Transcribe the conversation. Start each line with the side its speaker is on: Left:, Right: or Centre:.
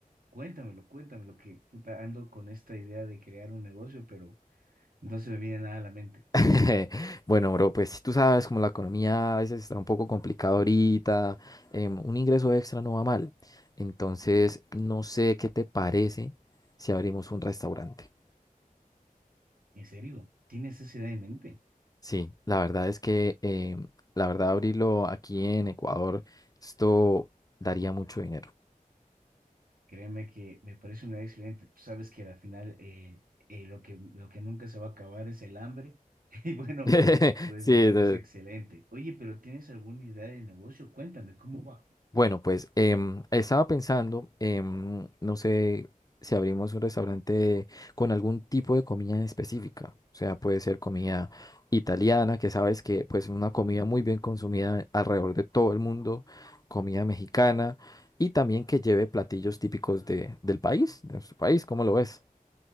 Right: Cuéntamelo, cuéntamelo, que puta, ando con esta idea de crear un negocio, pero no se me viene nada a la mente.
Left: <laughs> Bueno, bro, pues tú sabes como la economía a veces está un poco complicada ahorita, em, un ingreso extra no va mal. Entonces, no sé qué te parece si abrimos un restaurante.
Right: En serio, ¿tienes esa idea en mente?
Left: Sí, la verdad es que, em, la verdad, abrirlo aquí en Ecuador, esto daría mucho dinero.
Right: Créeme que me parece una idea excelente. Tú sabes que al final eh, eh, lo que, lo que nunca se va a acabar es el hambre. <laughs> Y bueno,
Left: <laughs>
Right: pues
Left: Sí,
Right: me parece
Left: de-
Right: excelente. Oye, pero ¿tienes alguna idea de negocio? Cuéntame, ¿cómo va?
Left: Bueno, pues em, estaba pensando, em, no sé si abrimos un restaurante con algún tipo de comida en específica. O sea, puede ser comida italiana, que sabes que pues es una comida muy bien consumida alrededor de todo el mundo, comida mexicana y también que lleve platillos típicos de, del país, de nuestro país, ¿cómo lo ves?